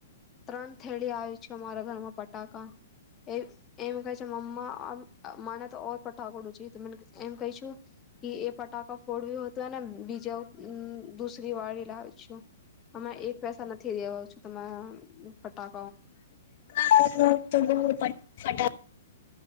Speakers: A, on the left; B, on the left.
A: ત્રણ થેડી આવી છે અમારા ઘરમાં ફટાકા એ એમ કહે છે મમ્મા. મને તો ઓર પટાકોડું છેને એમ કહીશુ કે એ પટાકા ફોડવ્યો. તો એને બીજા દુસરી વાળ લાવી છું અમે એક પૈસા નથી દેવા છું તમે પટા
B: હા તો બહુ પ ફટા